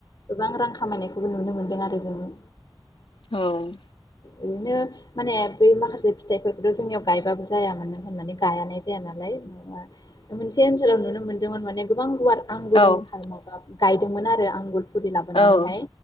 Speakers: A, on the left; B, on the left.
A: गोबां रां खामायनाय। खौबो नुनो मोन्दों आरो जोङो।
B: औ
A: ओरैनो माने बै माखासे फिथाइफोरखौथ जोंनियाव गायबाबो जाया मानो होननानै गायानाय जाया नालाय माबा मोनसे ओनसोलाव नुनो मोन्दोंमोन माने गोबां गुवार। आंगुरनि
B: औ
A: फारामावबा गायदोंमोन आरो आंगुर फुलि लाबोनानै
B: औ
A: हाय